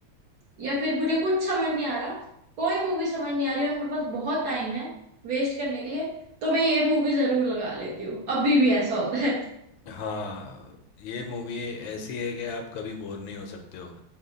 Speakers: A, on the right; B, on the left.
A: या फिर मुझे कुछ समझ नहीं आ रहा कोई मूवी समझ नहीं आ रही और मेरे पास बहुत टाइम है वेस्ट करने के लिए तो मैं ये मूवी जरूर लगा लेती हूँ अभी भी ऐसा होता है
B: हाँ ये मूवी ऐसी है कि आप कभी बोर नहीं हो सकते हो